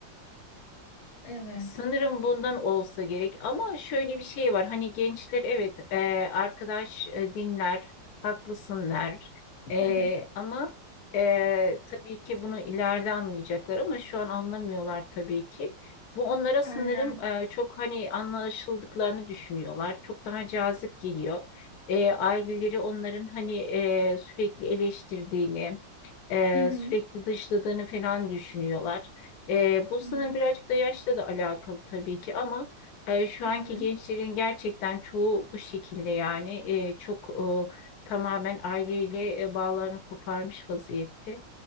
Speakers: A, on the left; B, on the left.
A: evet
B: Sanırım bundan olsa gerek ama şöyle bir şey var hani gençler evet e, arkadaş e, dinler haklısınlar E,
A: hı hı,
B: ama e, tabii ki bunu ileride anlayacaklar ama şu an anlamıyorlar tabii ki. Bu onlara sanırım
A: aynen
B: e, çok hani anlaşıldıklarını düşünüyorlar çok daha cazip geliyor. E, aileleri onların hani e, sürekli eleştirdiğini e,
A: hı hı,
B: sürekli dışladığını falan düşünüyorlar. E, bu
A: hı
B: sınır
A: hı,
B: birazcık da yaşla da alakalı tabii ki ama e, şu
A: hı
B: anki
A: hı,
B: gençlerin gerçekten çoğu bu şekilde yani e, çok e, tamamen aileyle e, bağlarını koparmış vaziyette